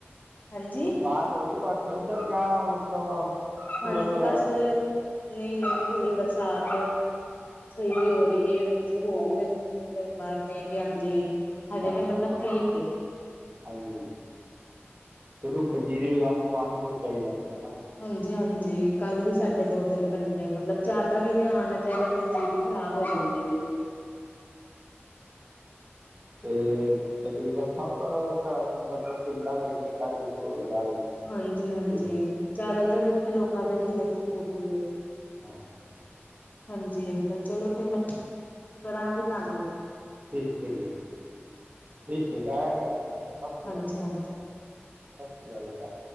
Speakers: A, on the left; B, on the right.
A: ਹਾਂਜੀ-ਹਾਂਜੀ
B: ਬਰਸਾਤ ਹੋ ਰਹੀ, ਤੁਹਾਡੇ ਉੱਧਰ ਯਾ ਮਤਲਬ ਟੂਬਲ
A: ਹਾਂਜੀ,
B: ਵਗੈਰਾ
A: ਬਸ,
B: ਤੋਂ
A: ਨਹੀਂ-ਨਹੀਂ।
B: ਹੀ?
A: ਥੋੜੀ ਬਰਸਾਤ, ਸਹੀ ਵੀ ਹੋ ਰਹੀ ਏ। ਹੋ ਵੀ ਦਿੰਦੀ ਹੈ, ਕਈ ਵਾਰ ਨਹੀਂ ਵੀ ਆਂਦੀ। ਹਜੇ
B: ਹਾਂਜੀ
A: ਤੇ ਮਤਲਬ ਠੀਕ ਏ।
B: ਹਾਂਜੀ, ਤੇ ਜੀਰੀ ਲਗਾਉਣ ਚ, ਪਾਣੀ ਬਹੁਤ ਚਾਹੀਦਾ ਹੁੰਦਾ ਨਾ।
A: ਹਾਂਜੀ-ਹਾਂਜੀ, ਕੱਲ ਵੀ ਸਾਡੇ ਦੋ, ਤਿੰਨ ਘੰਟੇ ਮਤਲਬ ਜ਼ਿਆਦਾ ਵੀ, ਨਹੀਂ ਆਉਣਾ ਚਾਹੀਦਾ ਫੇਰ ਜੀਰੀ ਖਰਾਬ, ਹੋ ਜਾਂਦੀ ਏ।
B: ਤੇ ਤਕਰੀਬਨ ਸਭ, ਅ ਘਰਾਂ ਚ, ਮਤਲਬ ਪਿੰਡਾਂ ਦੇ ਠੇਕਾ ਦੇ ਕੇ, ਉਹ ਲਗਾ ਰਹੇ ਨੇ।
A: ਹਾਂਜੀ-ਹਾਂਜੀ,
B: ਜੀ
A: ਜ਼ਿਆਦਾਤਰ ਇੱਥੇ ਲੋਕਾਂ ਦੇ ਖੇਤ-ਖੂਤ ਹੀ ਏ।
B: ਹਾਂ
A: ਹਾਂਜੀ ਅੰਕਲ। ਚਲੋ ਫੇਰ ਮੈਂ, ਕਰਾਂਗੀ ਤੁਹਾਨੂੰ।
B: ਠੀਕ ਹੈ ਜੀ, ਠੀਕ ਹੈ ਜੀ। ਆਇਆ ਜੇ ਘਰ ਸਾਡੇ। ਸਤਿ ਸ੍ਰੀ
A: ਹਾਂਜੀ-ਹਾਂਜੀ
B: ਅਕਾਲ ਜੀ। ਸਾਸ੍ਰੀਕਾਲ ਬੇਟਾ।